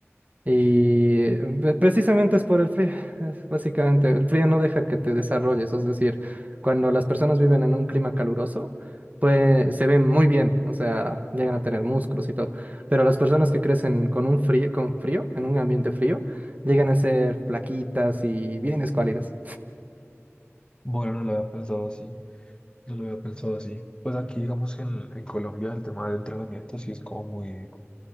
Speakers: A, on the right (about 35°); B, on the left (about 20°).
A: Y pre- precisamente es por el frío, es básicamente, el frío no deja que te desarrolles, es decir, cuando las personas viven en un clima caluroso, pues se ven muy bien, o sea, llegan a tener músculos y todo, pero las personas que crecen con un frío, con frío, en un ambiente frío, llegan a ser flaquitas y bien escuálidas.
B: Bueno, no lo había pensado así, no lo había pensado así. Pues aquí, digamos, en, en Colombia el tema del entrenamiento sí es como muy,